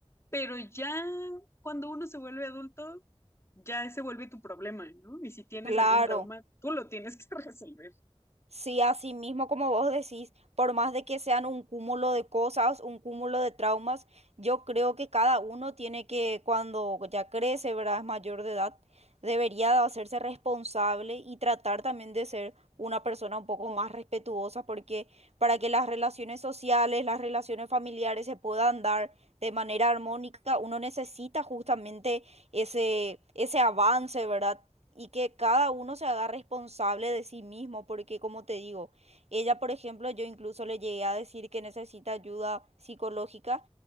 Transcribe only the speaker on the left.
pero ya cuando uno se vuelve adulto, ya se vuelve tu problema, ¿no? Y si tienes
algún trauma, tú lo tienes que <laughs> resolver.